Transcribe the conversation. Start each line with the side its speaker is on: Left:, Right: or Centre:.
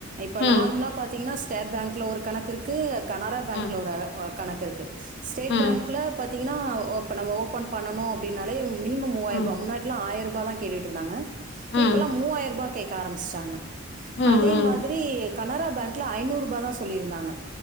Right: இப்ப
Left: ம்
Right: நார்மலா பாத்தீங்கன்னா ஸ்டேட் பேங்க் ட்ல ஒரு கணக்கு இருக்கு கனரா பேங்க்ல
Left: ம்
Right: ஒரு ஒரு கணக்கு இருக்கு ஸ்டேட்
Left: ம்
Right: பேங்க்ல பாத்தீங்கன்னா ஓ இப்ப நம்ம ஓபன் பண்ணனோ அப்பிடின்னாலே மினிமம் மூவாயிரம்
Left: ம்
Right: ரூபா முன்னாடி ஆயிரம் ரூபா தா கேட் ட்டுருந்தாங்க
Left: ம்
Right: இப்பெல்லாம் மூவாயிரம் ரூபா கேக்க ஆரம்பிச்சுட்டாங்க
Left: ம்
Right: அதே
Left: ம்
Right: மாதிரி கனரா பேங்க்ல ஐநூறு ரூபா தான் சொல்லியிருந்தாங்க